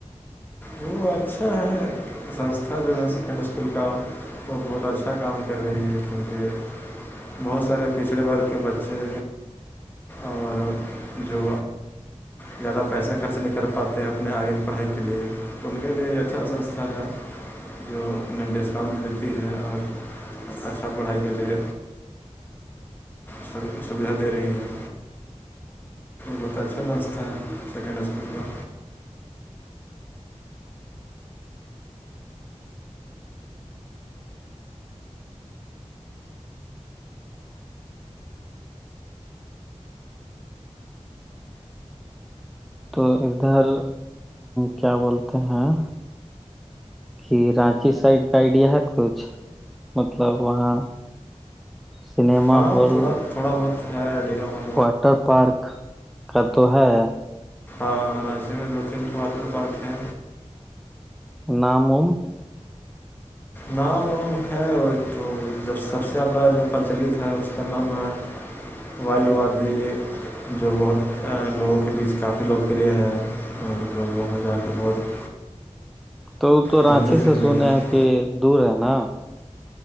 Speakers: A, on the left; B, in the centre.
A: وہ اچھا ہے سنستھا جو ہے سیکنڈری اسکول کا وہ بہت اچھا کام کر رہی ہے کیونکہ بہت سارے پچھڑے ورگ کے بچے اور جو زیادہ پیسے خرچ نہیں کر پاتے ہیں اپنے آگے کی پڑھائی کے لیے تو ان کے لیے اچھا سنستھا ہے جو انہیں ڈسکاؤنٹ دیتی ہے اور اچھا پڑھائی کے لیے س سویدھا دے رہی ہیں وہ بترھاستتا ہے سیکینڈ اس میں
B: تو ادھر کیا بولتے ہیں کہ رانچی سائڈ کا آئیڈیا ہے کچھ مطلب وہاں سنیما
A: ہاں
B: ہال
A: <unintelligible> <unintelligible>
B: واٹر پارک کا تو ہے
A: اور راسی میں دو کن واٹر پارک ہے
B: نامم
A: نام وام ہے تو جب سب سے زیادہ جو پرچلت ہے اس کا نام ہے وائلڈ وا بھی جو بہت لوگوں کے بیچ کافی لوک پہ ہے اور لوگ وہاں جا کے بہت
B: تو وہ تو
A: گھومنے
B: رانچی
A: پھرنے
B: سے سنے
A: کے لیے
B: ہیں کہ دور ہے نا